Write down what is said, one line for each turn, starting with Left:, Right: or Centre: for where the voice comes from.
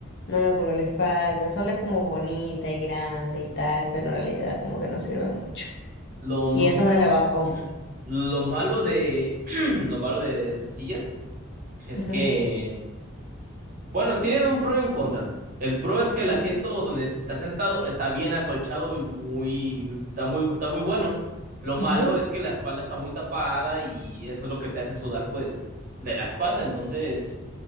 Left: no me curó la espalda, solo es como bonita y grande y tal, pero en realidad como que no sirve mucho.
Right: Lo, m-
Left: Y eso me la bajó.
Right: Ujú. lo malo de, <clears throat> lo malo de esas sillas es
Left: Ujú,
Right: que Bueno, tienen un pro y un contra. El pro es que el asiento
Left: ujú,
Right: donde está sentado está bien acolchado y muy, está muy, está muy bueno. Lo malo
Left: ujú,
Right: es que la espalda está muy tapada y eso es lo que te hace sudar, pues, de la espalda. Entonces,